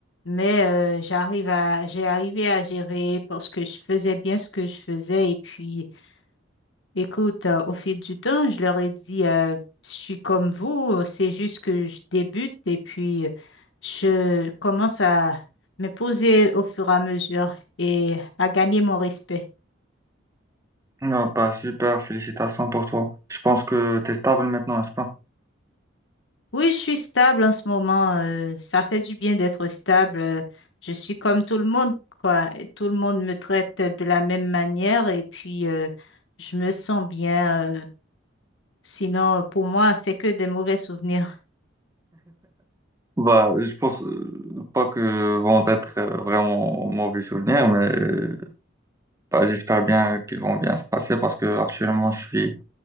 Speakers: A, on the left; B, on the right.
A: Mais euh, j'arrive à, j'ai arrivé à gérer parce que je faisais bien ce que je faisais. Et puis, écoute, euh, au fil du temps, je leur ai dit, euh, je suis comme vous, euh, c'est juste que je débute et puis euh, je commence à me poser au fur et à mesure et à gagner mon respect.
B: Ah bah super, félicitations pour toi. Je pense que t'es stable maintenant, n'est-ce pas?
A: Oui, je suis stable en ce moment. euh, ça fait du bien d'être stable. euh, je suis comme tout le monde, quoi. et Tout le monde me traite de la même manière et puis euh, je me sens bien. euh, sinon, pour moi, c'est que des mauvais souvenirs.
B: Bah, je pense euh, pas que vont être euh, vraiment mauvais souvenirs, mais euh, bah, j'espère bien qu'ils vont bien se passer parce que actuellement je suis